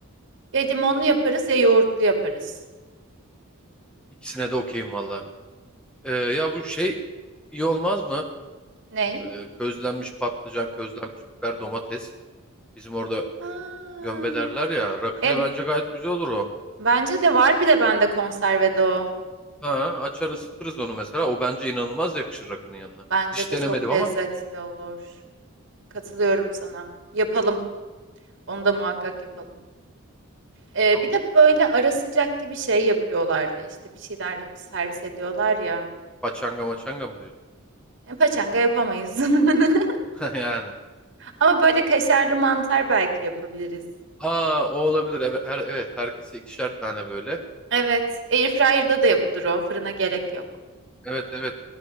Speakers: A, on the right; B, in the centre.
A: Ya limonlu yaparız ya yoğurtlu yaparız.
B: İkisine de okeyim valla. Ee, ya bu şey iyi olmaz mı?
A: Ney?
B: Ee, közlenmiş patlıcan, közlenmiş biber, domates. Bizim orada
A: Ha,
B: gömbe derler ya. Rakıyla
A: e,
B: bence gayet güzel olur o.
A: bence de var bir de bende konservede o.
B: Ha, açar ısıtırız onu mesela. O bence inanılmaz yakışır rakının yanına.
A: Bence
B: Hiç
A: de
B: denemedim
A: çok lezzetli
B: ama.
A: olur. Katılıyorum sana. Yapalım. Onu da muhakkak yapalım. Ee,
B: Tamam.
A: bir de böyle ara sıcak gibi şey yapıyorlar. İşte bir şeyler servis ediyorlar ya.
B: Paçanga maçanga mı diyorsun?
A: E, Paçanga yapamayız. <laughs>
B: <laughs> Yani.
A: Ama böyle kaşarlı mantar belki yapabiliriz.
B: Aa o olabilir. Evet, her, evet herkese ikişer tane böyle.
A: Evet, airfryer'da da yapılır o. Fırına gerek yok.
B: Evet evet.